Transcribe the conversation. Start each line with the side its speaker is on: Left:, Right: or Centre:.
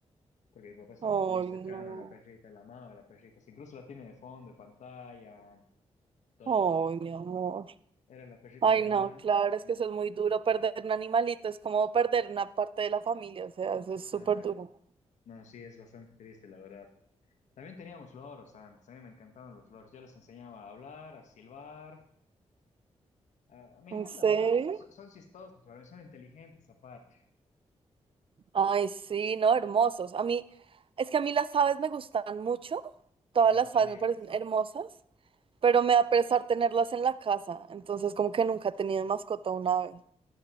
Left: porque mi papá estaba
Right: Ay,
Left: muy cercano
Right: no.
Left: a la perrita, la amaba a la perrita. Incluso la tiene de fondo, de pantalla, todo.
Right: Ay, mi amor.
Left: Era la perrita
Right: Ay,
Left: de mi hermana.
Right: no, claro, es
Left: Y
Right: que eso es muy duro. Perder un animalito es como perder una parte de la familia. O sea, eso
Left: esa...
Right: es súper duro.
Left: No, sí, es bastante triste, la verdad. También teníamos loros antes. A mí me encantaban los loros. Yo les enseñaba a hablar, a silbar. Ah, me encantan
Right: ¿En serio?
Left: los loros. Son, son chistosos, son inteligentes aparte,
Right: Ay, sí, no, hermosos. A mí, es que a mí las aves me gustan mucho.
Left: pero
Right: Todas
Left: cuando
Right: las
Left: están
Right: aves
Left: libres.
Right: me parecen hermosas. pero me da pesar tenerlas en la casa, entonces como que nunca he tenido de mascota un ave.